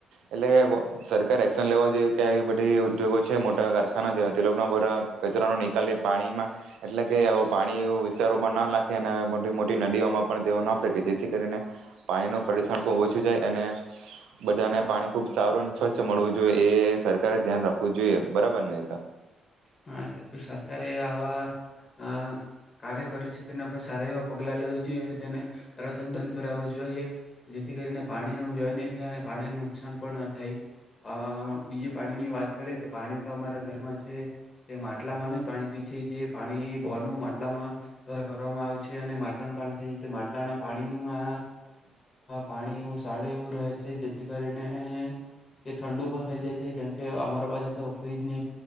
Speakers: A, on the right; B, on the left.
A: એટલે સરકારારે એક્શન લેવ જોઈએ કે બધી ઉદ્યોગો છે મોટા કારખાના જે તેધા કચરા ન નિકાલ પાણીમાં, એટલે કે આવ પાણી એવ વિસ્તારોમાં ના લખે અને નદીઓમાં પણ તે ના ફેકે જેથી કરીને, પાણી ન પરક્ષણ ખબ ઓછું જાય, અને બધાને પાણી ખુબ સારું અને સ્વચ્છ મળવું જોઈએ એ સરકારે ધ્યાન રાખવું જોઈએ બરાબર ને.
B: હા સા સરકારે આવા, કાર્ય કરે છે તેના પર સારા એવા પગલા લેવ જોઈએ અને તેને, તરત જ બંધ કરાવવું જોઈએ, જેથી કરીને પાણીનો વ્યય નહી થાય, અને પાણીને નુકસાન પણ ના થાય અ બીજું પાણીની વાત કરીએ તો પાણી તો અમારા ઘરમાં છે. તે માટલામાંનું જ પાણી પી છે જે પાણી બોર નું માટલામાં, દ્વારા કરવામાં આવે છે અને માટલાનું પાણી પી છે તે માટલાના પાણીમાં, પાણી એું સારું એવું રહે છે જેથી કરીને તે ઠંડુ પણ થઈ જાય છે જેમ કે અમારા બાજુ તો ફ્રીજને